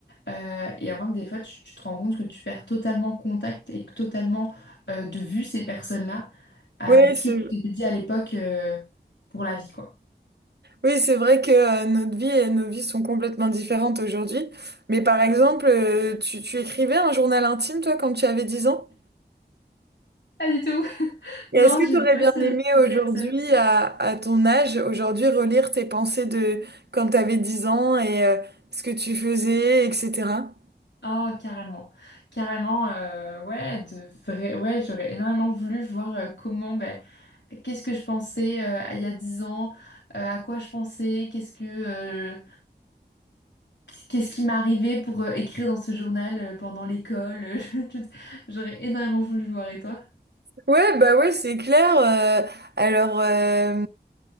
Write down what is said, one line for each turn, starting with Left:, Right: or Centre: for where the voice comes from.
Left: Euh, et avant que des fois, tu, tu te rends compte que tu perds totalement contact et que totalement euh, de vue ces personnes-là avec
Right: Ouais, c'est
Left: qui tu t'étais dit à l'époque euh, pour la vie, quoi.
Right: oui, c'est vrai que euh, notre vie et nos vies sont complètement différentes aujourd'hui. Mais par exemple, euh, tu, tu écrivais un journal intime toi quand tu avais 10 ans?
Left: Pas du tout. <laughs>
Right: Et
Left: Non,
Right: est-ce que
Left: je
Right: tu aurais
Left: sais pas
Right: bien
Left: ce
Right: aimé
Left: type de
Right: aujourd'hui,
Left: personne.
Right: à, à ton âge, aujourd'hui, relire tes pensées de quand tu avais 10 ans et euh, ce que tu faisais, etc.?
Left: Oh, carrément. Carrément, euh, ouais, de vrai, ouais, j'aurais énormément voulu voir euh, comment, ben, qu'est-ce que je pensais euh, il y a 10 ans, euh, à quoi je pensais, qu'est-ce que, euh, Qu'est-ce qui m'est arrivé pour euh, écrire dans ce journal euh, pendant l'école? euh, <laughs> je- je- J'aurais énormément voulu voir. Et toi?
Right: Ouais, bah ouais, c'est clair. euh, alors, euh,